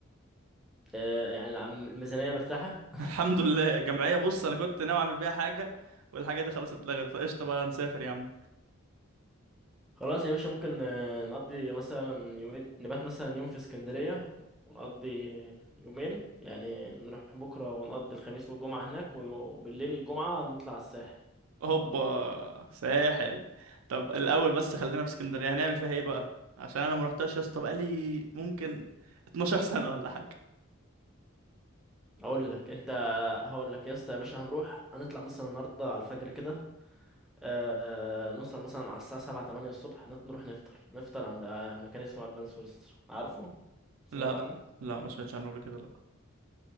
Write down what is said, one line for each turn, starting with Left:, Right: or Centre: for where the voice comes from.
Centre: اه يعني العم- الميزانية مرتاحة
Right: <laughs>
Centre: <laughs>
Right: الحمد لله الجمعيه بص انا كنت ناوي اعمل بيها حاجه والحاجه دي خلاص اتلغت فقشطه بقى نسافر يا عم
Centre: خلاص يا باشا ممكن آه، نقضي مثلا يومين نبات مثلا يوم في اسكندرية ونقضي يومين يعني نروح بكرة ونقضي الخميس والجمعة هناك وبالليل الجمعة نطلع الساحل
Right: هوبا ساحل طب الاول بس خلينا في اسكندريه هنعمل فيها ايه بقى عشان انا ما رحتهاش يا اسطى بقالي ممكن 12 <laughs> سنه ولا حاجه
Centre: هقول لك انت هقول لك يا اسطى يا باشا هنروح هنطلع مثلا النهاردة على الفجر كده آه نوصل مثلا على الساعة سبعة تمانية الصبح نت- نروح نفطر نفطر عند مكان اسمه ألبان سويسرا عارفه؟ سمعت
Right: لا
Centre: عنه؟
Right: لا ما سمعتش عنه قبل كده لا